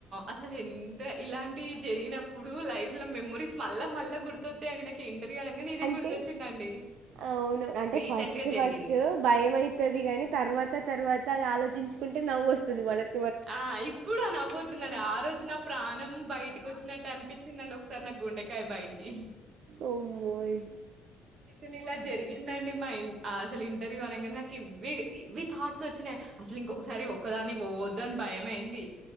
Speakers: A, on the right; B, on the right.
A: అసలు ఎంత ఇలాంటి జరిగినప్పుడు లైఫ్ లో మెమోరీస్ మళ్ళా మళ్ళా గుర్తు గుర్తొస్తాయి అండి నాకు ఇంటర్వూ అనగా నాకు ఇదే
B: అంటే
A: గుర్తొచ్చిందండి
B: అవును అంటే
A: రీసెంట్
B: ఫస్ట్
A: గా జరిగి
B: ఫస్ట్ భయం అయితది కాని తర్వాత తర్వాత అది ఆలోచించుకుంటే నవ్వు వస్తుంది మనకు
A: ఆ ఇప్పుడు అ నవోతున్న ఆ రోజు నా ప్రాణం బయట్ కొచ్చినట్టు అనిపించిందండి ఒకసారి నాకు గుండెకాయ బయటికి
B: అమ్మోయ్
A: అసలు ఇలా జరిగిందండి మా ఇ అసలు ఇంటర్వ్యూ అనగానే నాకు ఇ ఇవి థాట్స్ వచ్చినాయి అసలు ఇంకొకసారి ఒక్కదాని పోవద్దు అని భయం అయింది